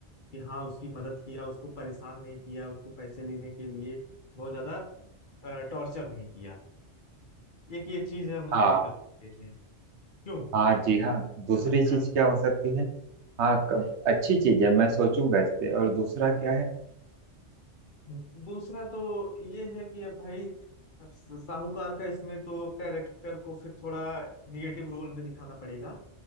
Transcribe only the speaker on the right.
हाँ
हाँ जी हाँ दूसरी
चीज
क्या हो सकती है हाँ कब अच्छी चीज है मैं सोचूंगा इस पे और दूसरा क्या है